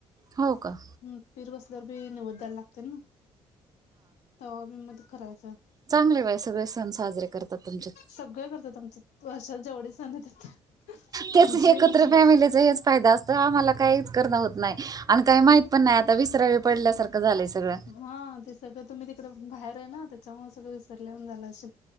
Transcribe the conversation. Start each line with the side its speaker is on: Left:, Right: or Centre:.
Right: हो का?
Left: हम्म पीर बसल्यावर बी निवद द्यायला लागतं ना, तवा बी म‌ ती करायचा.
Right: चांगलंय बाय सगळे सण साजरे करतात तुमच्यात.
Left: सगळं करतात आमच्यात वर्षात जेवढे सण येतात
Right: तेच
Left: आमचे
Right: एकत्र
Left: मसर
Right: फॅमिलीचं हेच फायदा असतो, आम्हाला काहीच करणं होत नाही आणि काही माहित पण नाही, आता विसरावी पडल्यासारखं झालंय सगळं.
Left: हा ते सगळं तुम्ही तिकडं बाहेर आहे ना त्याच्यामुळे सगळं विसरल्यावानी झालं असेल.